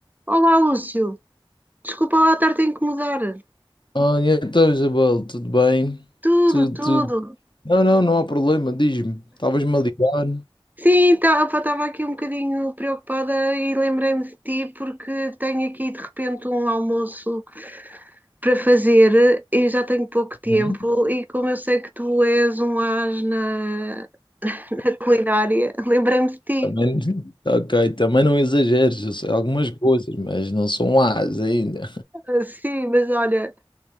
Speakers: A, on the right; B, on the left.
A: Olá, Lúcio. Desculpa lá estar-te a incomodar.
B: Olha, então, Isabel, tudo bem?
A: Tudo,
B: Tudo,
A: tudo.
B: tudo. Não, não, não há problema, diz-me. Estavas-me a ligar.
A: Sim, estava aqui um bocadinho preocupada e lembrei-me de ti porque tenho aqui de repente um almoço para fazer e já tenho pouco tempo.
B: Hum?
A: E como eu sei que tu és um as na, <laughs> na culinária, lembrei-me de ti.
B: Também, <laughs> ok, também não exageres, eu sei algumas coisas, mas não são as ainda.
A: Ah, Sim, mas olha,